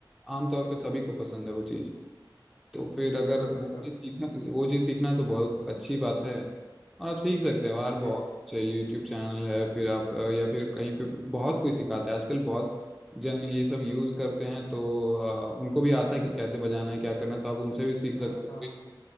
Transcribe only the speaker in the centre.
आमतौर पे सभी को पसंद है वो चीज़ तो फिर अगर वो
चीज़ सीखना वो चीज़ सीखना है तो बहुत अच्छी बात है और आप सीख सकते हैं यार
बहुत अच्छा यूट्यूब चैनल है फिर आप अ, या फिर कहीं पे बहुत कोई सिखाता है आजकल बहुत जन ये सब यूज़ करते हैं तो अ, उनको भी आता है कि कैसे बजाना है क्या करना है तो आप उनसे भी सीख
सकते हो
फिर-